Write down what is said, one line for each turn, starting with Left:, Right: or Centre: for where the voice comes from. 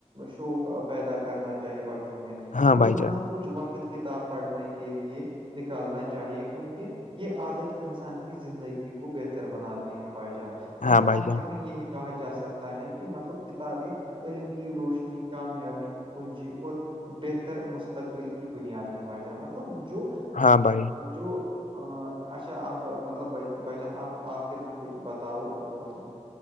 Right: شوق پیدا کرنا چاہیے بچوں میں
Left: ہاں
Right: روزانہ
Left: بھائی جان
Right: کچھ وقت کتاب پڑھنے کے لیے نکالنا چاہیے کیونکہ یہ عادت انسان کے زندگی کو بہتر بناتے ہیں بائی جان بائی
Left: ہاں
Right: جان
Left: بھائی
Right: آخر میں یہی کہا جا سکتا ہے کہ مطلب کتابیں علم کی روشنی کامیابی کنجی اور بہتر مستقبل کی بنیاد ہے بھا جان مطلب جو
Left: ہاں بھائی
Right: جو اچھا اب مطلب بھائی جان آب آخر میں کچھ بتاؤ مطلب